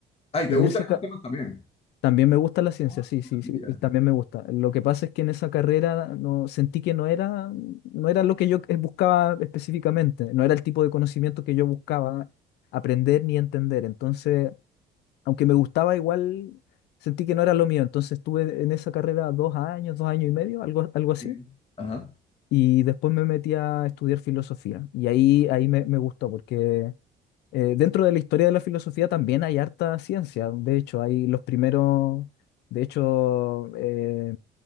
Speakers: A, on the left (about 35°); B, on the left (about 80°).
A: Ah, ¿y
B: Y
A: te gustan
B: en ese,
A: esos
B: ca-
A: temas también?
B: También me gusta la ciencia,
A: Ah,
B: sí, sí, sí,
A: mira.
B: también me gusta. Lo que pasa es que en esa carrera no, sentí que no era, no era lo que yo buscaba específicamente, no era el tipo de conocimiento que yo buscaba aprender ni entender. Entonces, aunque me gustaba igual, sentí que no era lo mío. Entonces estuve en esa carrera dos años, dos años y medio, algo, algo así.
A: Sí. Ajá.
B: Y después me metí a estudiar filosofía. Y ahí, ahí me, me gustó, porque eh, dentro de la historia de la filosofía también hay harta ciencia. De hecho, hay los primeros, de hecho, eh,